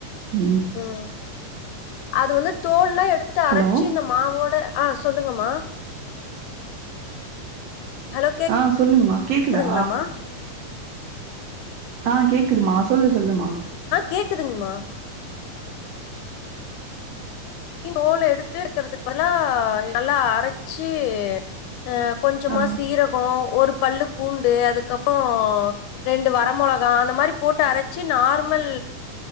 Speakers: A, on the right; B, on the left.
A: ம்
B: ம் அது வந்து தோல்லா எடுத்துட்டு
A: ஹலோ!
B: அரச்சு இந்த மாவோட ஆ சொல்லுங்கமா ஹலோ
A: ஆ சொல்லுங்மா கேக்குதா
B: கேக்குதுங்களாமா
A: ஆ கேக்குதுமா சொல்லு சொல்லுமா
B: கேக்குதுங்மா தோல எடுத்து இருக்குறதுக்கு பதிலா நல்லா அரச்சு அ கொஞ்சமா
A: ஆ
B: சீரகோ ஒரு பல்லு பூண்டு அதுக்கப்றோ ரெண்டு வர மொளகா அந்த மாரி போட்டு அரச்சு நார்மல்